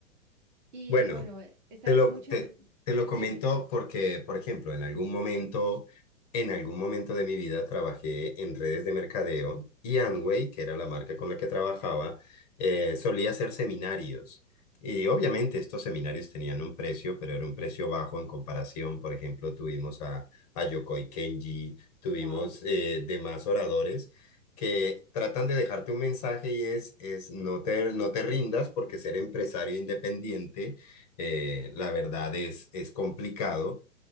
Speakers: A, on the right; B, on the left.
A: Y,
B: Bueno,
A: y bueno, eh, es
B: te
A: algo
B: lo,
A: muy chévere.
B: te, te lo
A: Dime,
B: comento porque, por ejemplo, en algún momento, en algún momento de mi vida trabajé en redes de mercadeo y Amway, que era la marca con la que trabajaba, eh, solía hacer seminarios. Y obviamente estos seminarios tenían un precio, pero era un precio bajo en comparación. Por ejemplo, tuvimos a, a Yokoi Kenji, tuvimos
A: wow,
B: eh, demás oradores que tratan de dejarte un mensaje y es, es no te, no te rindas porque ser empresario independiente eh, la verdad es, es complicado,